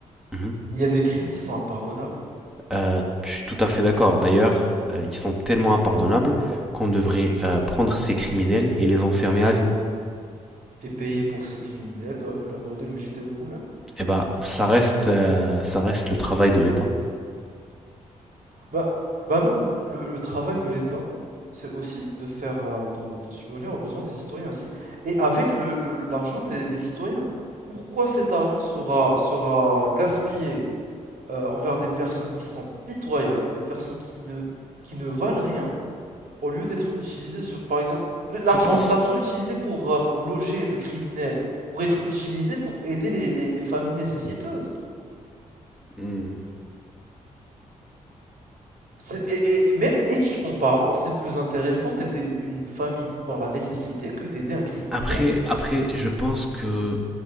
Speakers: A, in the centre; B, on the right.
A: Mhm.
B: Il y a des crimes qui sont impardonnables
A: Euh, je suis tout à fait d'accord. D'ailleurs, euh, ils sont tellement impardonnables qu'on devrait euh, prendre ces criminels et les enfermer à vie.
B: et payer pour ces criminels, do- leur donner le gîte et le couvert?
A: Eh ben, ça reste, euh, ça reste le travail de l'État.
B: Bah, bah non, le, le travail de l'État, c'est aussi de faire euh, de, de subvenir aux besoins des citoyens ainsi et avec le, le- l'argent des, des citoyens. Pourquoi cet argent sera sera gaspillé euh, envers des personnes qui sont pitoyables, des personnes qui ne qui ne valent rien? Au lieu d'être utilisé sur, par exemple, le l'argent
A: Je pense.
B: l'argent utilisé pour, heu, pour loger le criminel, pourrait être utilisé pour aider les les les familles nécessiteuses.
A: Hmm.
B: C'est et et même éthiquement parlant, c'est plus intéressant d'aider une famille dans la nécessité que d'aider un criminel.
A: Après, après, je pense que